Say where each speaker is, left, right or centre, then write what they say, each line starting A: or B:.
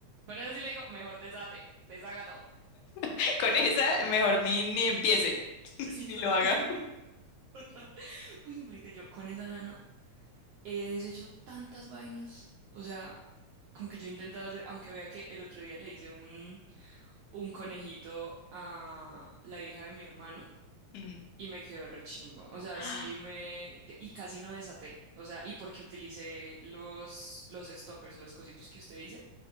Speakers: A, on the right; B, on the left.
A: con esa sí le digo, mejor desate, deshaga todo.
B: <laughs> Con esa, mejor ni, ni empiece,
A: Sí,
B: <laughs> ni
A: total,
B: lo haga.
A: <laughs> total. Uy, marica, yo con esa lana. He deshecho tantas vainas. O sea, como que yo he intentado hacer, aunque vea que el otro día le hice un, un conejito a la hija de mi hermano
B: Mm.
A: y me quedó rechimba. O sea,
B: Ah,
A: sí me... que- Y casi no desaté. O sea, y porque utilicé los, los stoppers, los cositos que usted dice,